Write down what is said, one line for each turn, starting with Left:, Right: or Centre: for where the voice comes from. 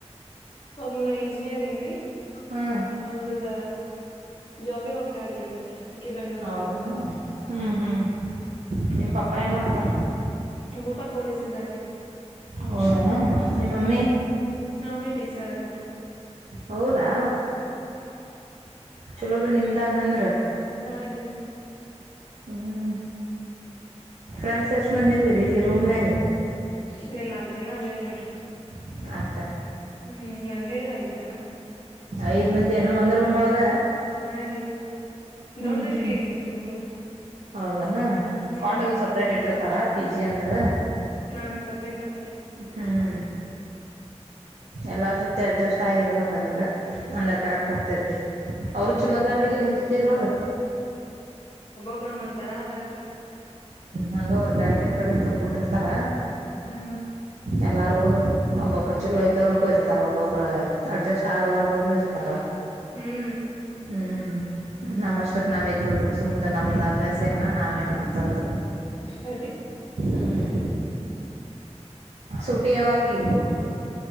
Left: ಒಬ್ನ ಇಂಜಿನಿಯರಿಂಗ್ ರೀ.
Right: ಹ್ಮ್
Left: ಒಬ್ರದ. ಜಾಬಿಗೆ ಹೋಗ್ತಾಳ ರಿ ಈಗ ಅಕಿ. ಅಕಿ ಬೆಂಗ್ಳೂರ್
Right: ಹೌದನ
Left: ಒಳಗ ಇರ್ತಾಳ
Right: ಹ್ಮ್ ಹ್ಮ್ ನಿಮ್ಮ ಪಪ್ಪ. ಪ ಏನ್ ಮಾಡ್ತಾರ.
Left: ನಮ್ಮ ಪಪ್ಪಾ ಪೊಲೀಸ್ ಅದಾರೀ.
Right: ಹೌದನ. ನಿಮ್ಮ ಮಮ್ಮಿ.
Left: ನಮ್ಮ ಮಮ್ಮಿ ಟೀಚರ್ ಅದಾರಿ.
Right: ಹೌದಾ. ಚಲೋ ಬಿಡ ನಿಮ್ದ ಹಂಗಂದ್ರ.
Left: ಹಾ ರೀ
Right: ಹ್ಮ್ ಫ್ರೆಂಡ್ಸ್ ಎಷ್ಟ ಮಂದ ಇದಿದ್ದೀರಿ ಇಲ್ಲಿ ರೂಮ್ನ್ಯಾಗ.
Left: ಇಲ್ಲಿ ನಾಲ್ಕ್ ಜನ ಅದೇವ ನೋಡ್ರಿ.
Right: ಹ.
Left: ಹ್ಮ್ ನನ್ನ ಹಿಡದ ಐದ್ ಜನ.
Right: ಐದ. ಮಂದಿ ಏನು ಒಂದ ರೂಮ ಒಳಗ.
Left: ಹಾ ರೀ
Right: ಹ್ಮ್
Left: ದೊಡದೈತ್ರಿ
Right: ಹ್ಮ್
Left: ರೂಮ್.
Right: ಹೌದನ
Left: ಹ್ಮ್
Right: ಕಾಟ್ ಅದು ಸಪ್ರೇಟ್ ಇಟ್ಟಿರ್ತಾರ. ಪಿ ಜಿ ಅಂದ್ರ
Left: ಹಾ ಸಪ್ರೇಟ್ ಅದಾವ್ರೀ.
Right: ಹ್ಮ್ ಎಲ್ಲಾರ ಜೊತೆ ಅಡ್ಜಸ್ಟ್ ಆಗಿರ್ಬೇಕ ಅದ್ಕ್. ಅಂದ್ರ ಕರೆಕ್ಟ್ ಹೋಗತೇತಿ
Left: ಹ್ಮ್
Right: ಅವ್ರ
Left: ಹಾ
Right: ಚಲೋದಾರ
Left: ರೀ
Right: ಇಲ್ ನಿನ್ ಜೊತಿರ ಈರ್ವರ.
Left: ಬ್ರೋ ಒಂದೊಂದ. ತರ ಅದ್ರರಿ.
Right: ಹಂಗ ಅವರ ಬ್ಯಾರೆ ಬ್ಯಾರೆ ಕಡೆಯಿಂತ್ರ. ಕೂಡಿರರ್ತಾರ.
Left: ಹಾ
Right: ಎಲ್ಲಾರೂ ಒಬ್ಬೊಬ್ರು ಚಲೋ ಇದ್ದವ್ರಕೂ ಕುಡಿರತರ ಒಬ್ಬೊಬ್ಬ್ರ ಅಡ್ಜಸ್ಟ್ ಆಗ್ಲಾರದವರು ಇರ್ತಾರ.
Left: ಹ್ಮ್
Right: ಹ್ಮ್ ನಮ್ಮಷ್ಟಕ್ ನಾವ್ ಇದದ್ ಬಿಡ್ಬೇಕ ಸುಮ್ದ ನಮ್ದ ಅಭ್ಯಾಸ ಏನ ನಾವೇನಂತಂದ
Left: ಅಷ್ಟರಿ
Right: ಹ್ಮ್. ಸೂಟಿ ಯಾವಾಗ ಈಗ ನಿಮಗ್?